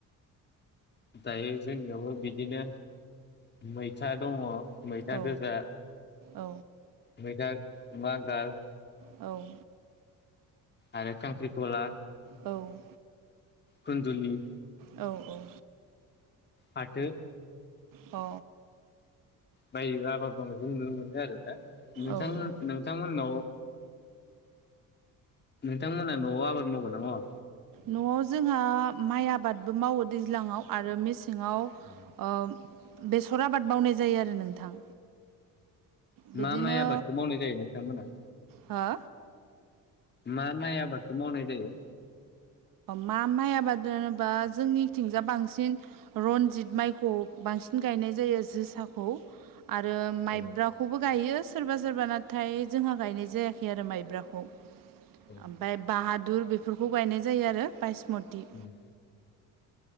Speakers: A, on the left; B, on the right.
A: दायो जोंनियावबो बिदिनो मैथा दङ मैथा
B: औ
A: गोजा
B: औ
A: मैथा बांगाल
B: औ
A: आरो सांख्रिखला
B: औ
A: खुन्दुलि
B: औ औ
A: फाथो
B: अ
A: बाय आबाद मावनायखौ नुनो मोनो आरो दा नोंथां
B: औ
A: नोंथांमोननाव नोंथांमोना न'आव आबाद मावगोना मावा?
B: न'आव जोंहा माइ आबादबो मावो दैज्लाङाव आरो मेसेङाव
A: औ <inaudible>
B: अ बेसर आबाद मावनाय जायो आरो नोंथां। बिदिनो
A: मा माइ आबादखौ मावनाय जायो नोंथांमोना
B: हो
A: मा माइ आाबादखौ मावनाय जायो?
B: मा माइ आबाद जेनेबा जोंनिथिंजा बांसिन रनजित माइखौ बांसिन गायनाय जायो जोसाखौ आरो माइब्राखौ
A: औ
B: खौबो गायो सोरबा सोरबा नाथाय जोंहा गायनाय जायाखै आरो माइब्राखौ
A: औ
B: ओमफ्राय बाहादुर बेफोरखौ गायनाय जायो आरो बायसमति
A: उम